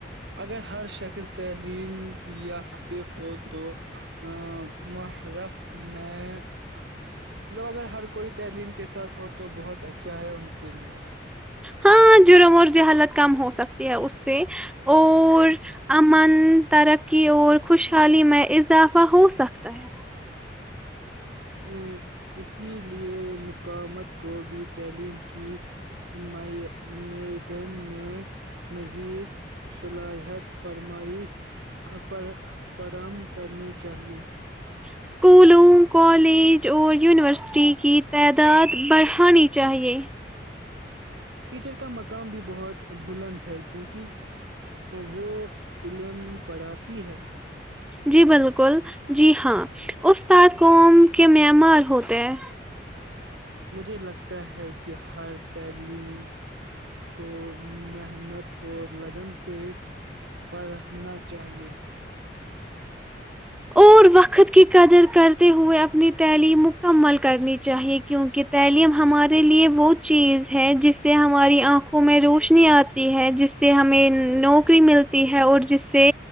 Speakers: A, on the right; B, in the centre.
A: اگر ہر شخص تعلیم یافت ہو تو ا محرف میں مطلب اگر ہر کوئی تعلیم کے ساتھ ہو تو بہت اچھا ہے ان کے لیے
B: ہاں جرم اور جہالت کم ہو سکتی ہے ا سے اور امن ترقی اور خوشحالی میں اضافہ ہو سکتا ہے
A: ا اسی لیے مقامت کو بھی تعلیم کییدن میں مزید صلاحیت فرمائی ف فراہم کرنی چاہیے
B: اسکولوں کالج اور یونیورسٹی کی تعداد بڑھانی چاہیے
A: ٹیچر کا مقام بھی بہت بلند ہے کیونکہ وہ علم پڑھاتی ہے
B: جی بالکل جی ہاں اتاد قوم کے ممار ہوتے ہیں
A: مجھے لگتا ہے کہ ہر تعلیم کو محنت اور لگن سے پ رکھنا چاہیئے
B: اور وقت کی قدر کرتے ہوئے اپنی تعلیم مکمل کرنی چاہیے کیونکہ تعلیم ہمارے لیے وہ چیز ہے جس سے ہماری آنکھوں میں روشنی آتی ہے جس سے ہمیں نوکری ملتی ہے اور جس سے